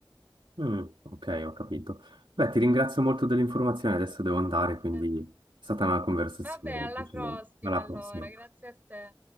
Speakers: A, on the right (about 80°); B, on the right (about 20°).
A: Mm, ok, ho capito. Beh, ti ringrazio molto dell'informazione, adesso devo andare, quindi
B: Eh,
A: è stata una conversazione
B: Vabbè, alla
A: piacevole.
B: prossima
A: Alla
B: allora,
A: prossima.
B: grazie a te.